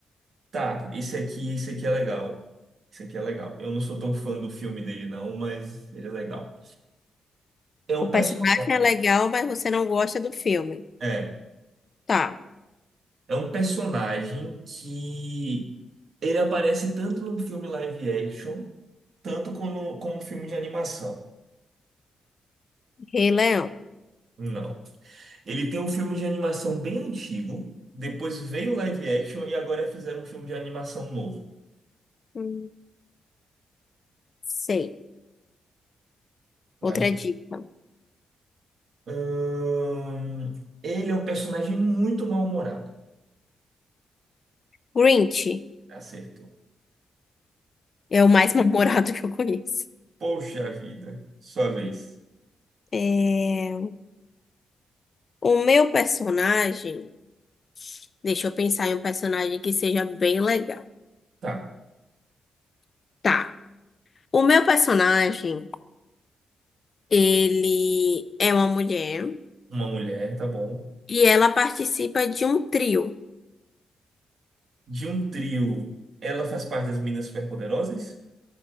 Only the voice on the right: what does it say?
Tá, esse aqui, esse aqui é legal. Esse aqui é legal. Eu não sou tão fã do filme dele, não, mas ele é legal. É um
personagem.
É,
é um personagem que ele aparece tanto num filme live action, tanto como, como um filme de animação.
Não. Ele tem um filme de animação bem antigo, depois veio o live action e agora fizeram um filme de animação novo.
Mas,
hum, ele é um personagem muito mal-humorado.
Acertou.
Poxa vida, sua vez.
Tá,
uma mulher, tá bom.
De um trio, ela faz parte das Meninas Superpoderosas,